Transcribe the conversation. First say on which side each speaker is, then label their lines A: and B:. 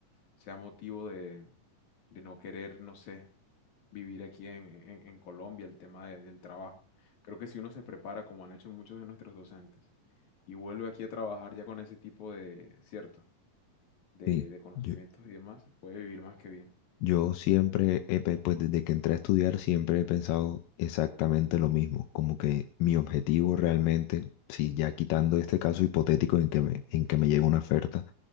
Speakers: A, on the left (about 60°); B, on the left (about 85°).
A: sea motivo de, de no querer, no sé, vivir aquí en, en- en Colombia, el tema de- del trabajo. Creo que si uno se prepara, como han hecho muchos de nuestros docentes, y vuelve aquí a trabajar ya con ese tipo de, cierto, de,
B: Sí,
A: de conocimientos
B: yo-
A: y demás, puede vivir más que bien.
B: Yo siempre, he pe- pues desde que entré a estudiar, siempre he pensado exactamente lo mismo, como que mi objetivo realmente, si ya quitando este caso hipotético en que me, en que me llega una oferta,